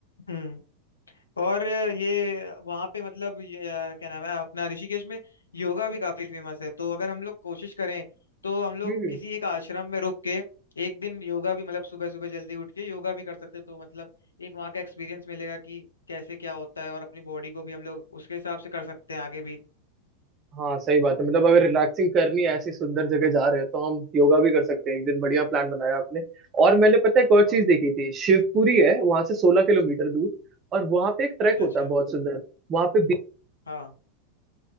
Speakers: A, on the left; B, on the right.
A: हम्म और ये वहाँ पे मतलब ये अ, क्या नाम है अपना ऋषिकेश में योगा भी काफी फेमस है तो अगर हम लोग कोशिश करें तो हम लोग
B: हम्म
A: किसी एक आश्रम में रुक के एक दिन योगा भी मतलब सुबह सुबह जल्दी उठ के योगा भी कर सकते हैं तो मतलब एक वहाँ का एक्सपीरियंस मिलेगा कि कैसे क्या होता है और अपनी बॉडी को भी हम लोग उसके हिसाब से कर सकते हैं आगे भी
B: हाँ सही बात है मतलब अगर रिलैक्सिंग करनी है ऐसी सुंदर जगह जा रहे हैं तो हम योगा भी कर सकते हैं एक दिन बढ़िया प्लान बनाया आपने और मैंने पता है एक और
A: हाँ
B: चीज देखी थी शिवपुरी है वहां से सोलह किलोमीटर दूर और वहां पे एक ट्रैक
A: अच्छा
B: होता
A: अच्छा
B: है बहुत सुंदर वहां पे बीच
A: हाँ